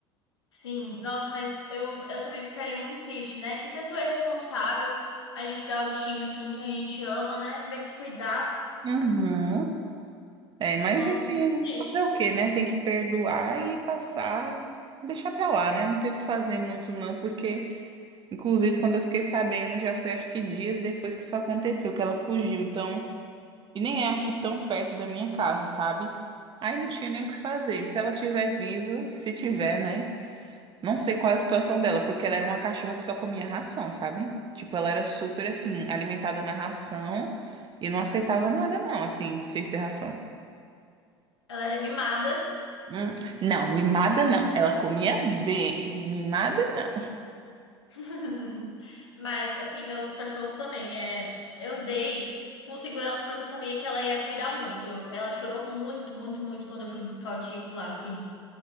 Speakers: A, on the left; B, on the right.
A: Sim, nossa, mas eu, eu também ficaria muito triste, né? Que pessoa irresponsável a gente dá o bichinho assim que a gente ama, né? Em vez de cuidar.
B: Uhum. É, mas
A: Nossa,
B: assim,
A: muito triste.
B: fazer o quê, né? Tem que perdoar e passar, deixar pra lá, né? Não tem o que fazer muito não, porque inclusive quando eu fiquei sabendo, já foi acho que dias depois que isso aconteceu, que ela fugiu, então, e nem é aqui tão perto da minha casa, sabe? Aí não tinha nem o que fazer. Se ela tiver viva, se tiver, né? Não sei qual é a situação dela, porque ela era uma cachorra que só comia ração, sabe? Tipo, ela era super assim, alimentada na ração e não aceitava nada não, assim, sem ser ração.
A: Ela era mimada.
B: Hum, não, mimada não. Ela comia bem. Mimada não.
A: <laughs> Mas, assim, meus cachorros também. É, eu dei com segurança porque eu sabia que ela ia cuidar muito. Eu- ela chorou muito, muito, muito quando eu fui buscar o Tico lá, assim.